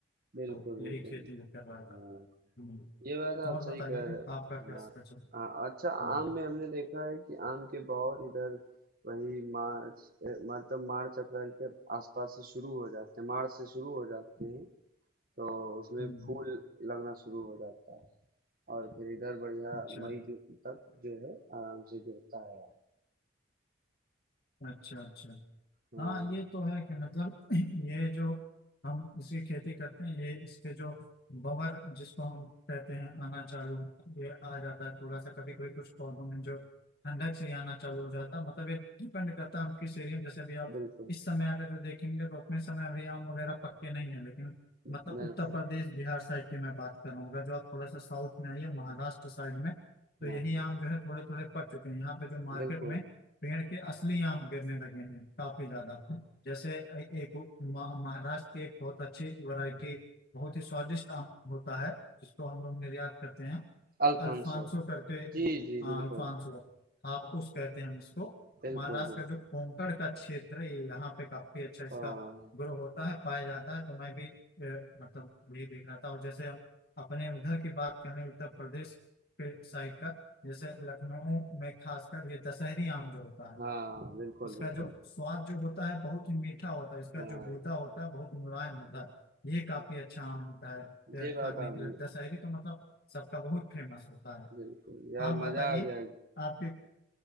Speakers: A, on the left; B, on the right.
A: तो
B: बिल्कुल बिल्कुल
A: यही खेती भी कर रहा था
B: हाँ
A: हम्म।
B: ये बात आप
A: और
B: सही
A: बताइए
B: कह रहे हो
A: आपका कैसा
B: हाँ
A: चल रहा है?
B: हाँ अच्छा
A: हम्म।
B: आम में हमने देखा है कि आम के बौर इधर वही मार्च ए, मतलब मार्च अप्रैल के आसपास से शुरू हो जाते हैं मार्च से शुरू हो जाते हैं तो उसमें
A: हम्म,
B: फूल लगना शुरू हो जाता है और फिर इधर बढ़िया
A: अच्छा
B: मई जून तक जो है आराम से गिरता है आम।
A: अच्छा अच्छा
B: हाँ
A: हाँ ये तो है कि मतलब <clears throat> ये जो हम इसकी खेती करते हैं ये इसके जो बवर जिसको हम कहते हैं आना चालू ये आ जाता है थोड़ा सा कभी कभी कुछ पौधों में जो ठंडक से ही आना चालू हो जाता है मतलब ये डिपेंड करता है हम किस एरिया में जैसे अभी आप
B: बिल्कुल
A: इस समय अगर जो देखेंगे तो अपने समय अभी आम वगैरह पक्के नहीं है लेकिन
B: बिल्कुल
A: मतलब उत्तर प्रदेश बिहार साइड की मैं बात कर रहा हूँ अगर जो आप थोड़ा सा साउथ में आइए महाराष्ट्र साइड में तो
B: हाँ
A: यही
B: हाँ
A: आम जो है थोड़े थोड़े पक चुके हैं यहाँ पे जो मार्केट
B: बिल्कुल
A: में पेड़ के असली आम गिरने लगे हैं काफी ज्यादा जैसे ए- एक महा- महाराष्ट्र की एक बहुत अच्छी वैरायटी बहुत ही स्वादिष्ट आम होता है जिसको हम लोग निर्यात करते हैं
B: अल्फांसो
A: अल्फांसो करके
B: जी जी
A: हाँ
B: बिल्कुल
A: अल्फांसो हापुस कहते हैं हम इसको
B: बिल्कुल
A: महाराष्ट्र
B: बिल्कुल
A: का जो कोंकण का क्षेत्र है यहाँ पे काफी अच्छा इसका
B: हाँ
A: ग्रो होता है पाया जाता है तो मैं भी ए, मतलब यही देख रहा था और जैसे हम अपने उधर की बात करें उत्तर प्रदेश के साइड का जैसे लखनऊ में खासकर ये दशहरी आम जो होता है
B: हाँ बिल्कुल
A: इसका
B: बिल्कुल
A: जो स्वाद जो होता है बहुत ही मीठा होता है इसका
B: हाँ
A: जो गूदा होता है बहुत मुलायम होता है ये काफी अच्छा आम होता है यह
B: ये बात
A: खाने
B: आपने
A: के लिए दशहरी तो मतलब सबका बहुत फेमस होता है
B: बिल्कुल यार
A: आप
B: मजा
A: बताइए
B: आ गया
A: आपके